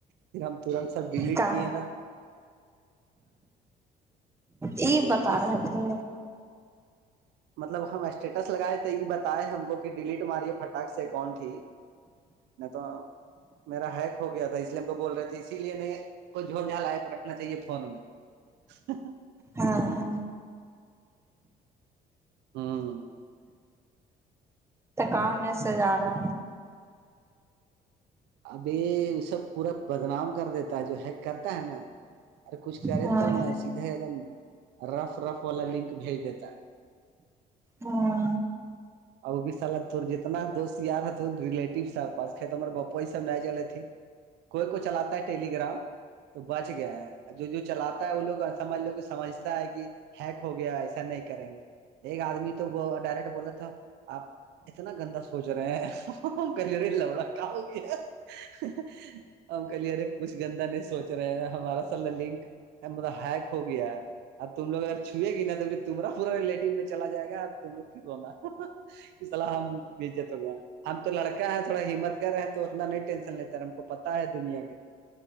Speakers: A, on the right (about 85°); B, on the right (about 15°).
A: پھر ہم توڑا سا ڈیلیٹ
B: کا
A: کیے نا
B: یہ
A: یہی
B: بتا رہے
A: سب
B: تھے
A: مطلب ہم اسٹیٹس لگائے تھے یہ بتاپئے ہم کو کہ ڈیلیٹ ہماری پٹاک سے کونٹ تھی نہیں تو میرا ہیک ہو گیا تھا اس لیے ہم وہ بول رہے تھے اسی لیے نہیں کوئی جھول جھال ایپ رکھنا چاہیے فون میں ہ <unintelligible>
B: ہاں
A: ہاں ہاں
B: تو کام میں سے جا رہا
A: ابی یہ اسب پورا بدنام کر دیتا جو ہے کرتا ہے نا ارے کچھ کرے
B: ہاں
A: تو نا سیدھے ایک دم رف رف والا لنک بھیج دیتا ہے
B: ہاں
A: ا وہ بھی سال جتنا دوست یار ہے ریلیٹیو پاس مارے باپ ویسے نہ نہیں چلےتی کوئی کوئی چلاتا ہے ٹیلی گگرام تو بچ گیا ہے جو چلاتا ہے وہ لوگ سماج لوگ سمجھتا ہے کہ ہیک ہو گیا ایسا نہیں کریں گے ایک آدمی تو وہ ڈائریکٹ بولے تھا آپ اتنا گندا سوچ رہے ہیں کر لے رہے لوڑا کیاہو گیا ہے ہم کلیر ہے کچھ گندا نہیں سوچ رہے ہمارا سارا لنک مطلب ہیک ہو گیا اور تم لوگ اگر چوئے گی نا تو پھر تمہا پورا ریلیٹو میں چلا جائے گا اور تم لوگ پھر رونا اس سلح ہم بھیجے ت ہم تو لڑکا ہے تھوڑا ہمت گار ہے تو اتنا نہیں ٹینشن لیتا ہے ہم کو پتا ہے دنیا کے